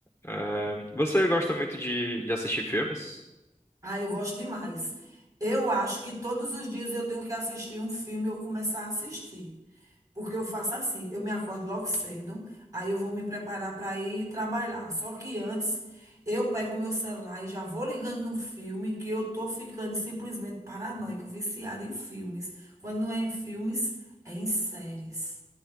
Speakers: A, on the left; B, on the right.
A: É, você gosta muito de, de assistir filmes?
B: Ah, eu gosto demais. Eu acho que todos os dias eu tenho que assistir um filme e eu começar a assistir. Porque eu faço assim, eu me acordo logo cedo, aí eu vou me preparar para ir trabalhar. Só que antes eu pego o meu celular e já vou ligando no filme que eu tô ficando simplesmente paranoica, viciada em filmes. Quando não é em filmes, é em séries.